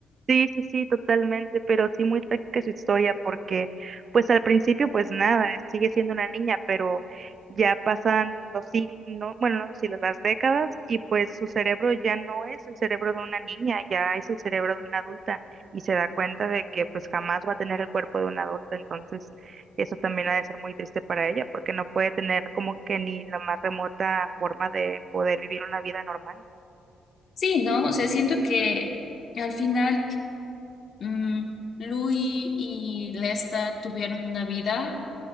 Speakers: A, on the right; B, on the left.
A: Sí, sí, sí, totalmente, pero sí muy trágica su historia porque pues al principio pues nada, sigue siendo una niña, pero ya pasan los siglos, no, bueno, no los siglos, las décadas y pues su cerebro ya no es el cerebro de una niña, ya es el cerebro de una adulta y se da cuenta de que pues jamás va a tener el cuerpo de una adulta, entonces eso también ha de ser muy triste para ella porque no puede tener como que ni la más remota forma de poder vivir una vida normal.
B: Sí, ¿no? O sea, siento que al final mm, Louis y Lesta tuvieron una vida